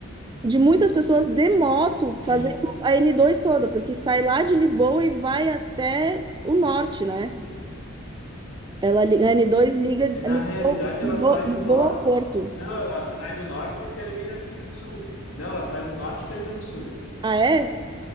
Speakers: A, on the right; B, on the left.
A: de muitas pessoas de moto
B: Sim.
A: fazendo a n dois toda, porque sai lá de Lisboa e vai até o norte, né? Ela, li- a n dois liga de-
B: Na
A: Lisboa,
B: realidade,
A: Lisboa,
B: ela sai do
A: Lisboa
B: norte.
A: ao Porto.
B: Não, ela sai do norte e termina aqui no sul. Não, ela sai do norte e termina no sul.
A: Ah, é?